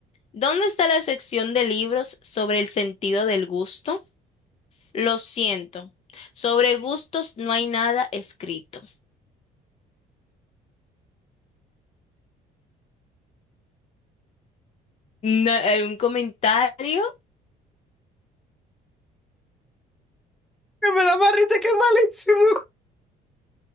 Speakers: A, on the left; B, in the centre.
A: ¿dónde está la sección de libros sobre el sentido del gusto? Lo siento, sobre gustos no hay nada escrito. Na- ¿Algún comentario?
B: Que Me da más risa que es malísimo.